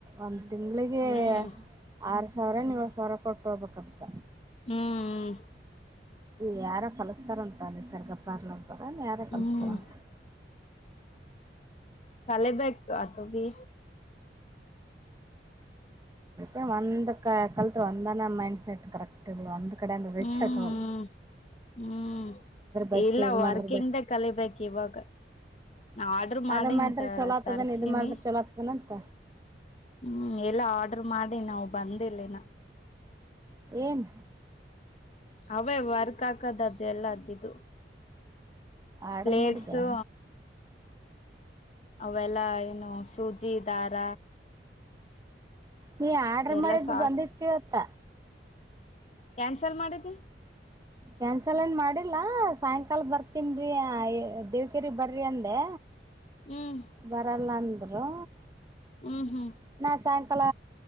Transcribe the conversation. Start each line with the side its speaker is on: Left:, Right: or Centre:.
Right: ಒಂದ್ ತಿಂಗಗಳಿಗೆ.
Left: ಹ್ಮ್
Right: ಆರ್ ಸಾವಿರ ಏಳು ಸಾವಿರ ಕೊಟ್ಟ ಹೋಗಬೇಕಕ್ ಅದಕ್ಕ.
Left: ಹ್ಮ್ ಹ್ಮ-
Right: ಇಲ್ಲ ಯಾರೋ ಕಲಸ್ತಾರಂತ ನೀಸರ್ಗಪ್ಪಾರ್ಲ ಅಂತಾರ ಯಾರ ಕಲಸ್ತಾರಂತ.
Left: ಹ್ಮ್ ಕಾಲೆ ಬಗ ಅತ ಬಿ.
Right: ೆ ಒಂದ ಕಲ್ತ್ ಒಂದನ ಮೈಂಡ್ ಸೆಟ್ ಕರೆಕ್ಟ್ ಅ ಅಂದು ಕಡೆಲ್ಲ.
Left: ಹ್ಮ್
Right: <inaudible>
Left: ಹ್ಮ್
Right: ಬೆಸ್ಟ್
Left: ಇಲ್ಲ
Right: ಇದ್
Left: ವರ್ಕಿಂಗ್
Right: ಮಾಡಿದ್ರೆ ಬೆಸ್ಟ್
Left: ಕಲಿಬೇಕು ಇವಾಗ. ಆರ್ಡ್ರ ಮಾಡ
Right: ಅದ ಮಾಡಿದ್ರೆ
Left: ಇಂತ
Right: ಚಲೋ ಆತದನ್
Left: ತರ್ಸೀಿನಿ.
Right: ಇದ್ ಮಾಡಿದ್ರೆ ಚಲೋ ಆತದನಂತ
Left: ಹ್ಮ್ ಎಲ್ಲ ಆರ್ಡರ್ ಮಾಡಿ ನಾವವು ಬಂದಿಲ್ಲನ.
Right: ಏನ್
Left: ಅವೇ ವರ್ಕ್ ಹಾಕದ ಅದ ಎಲ್ಲದ್ದು.
Right: ಆರ್ಡರ್
Left: ಪ್ಲೇಟ್ಸು.
Right: ಮಾಡಿದ್ದೆ
Left: ಅವೆಲ್ಲ ಏನು ಸೂಜಿ ದಾರ.
Right: ನೀ ಆರ್ಡ್ರ
Left: ಎಲ್ಲ
Right: ಮಾಡಿದ್ದು
Left: ಸಾಟ್
Right: ಬಂದಿರ್ತಿೀವತ್ತ.
Left: ಕ್ಯಾನ್ಸಲ್ ಮಾಡಿದ್ದ.
Right: ಕ್ಯಾನ್ಸಲ್ ಏನ್ ಮಾಡಿಲ್ಲ ಸಾಯಂಕಾಲ ಬರ್ತನ್ರಿ ದೇವಕೇರಿ ಬರ್ರಿ ಅಂದೆ.
Left: ಹ್ಮ್-
Right: ಬರಲ್ಲಂದರುೂ.
Left: ಹ್ಮ್ ಹ್ಮ್-
Right: ನಾ ಸಾಯಂಕಾಲ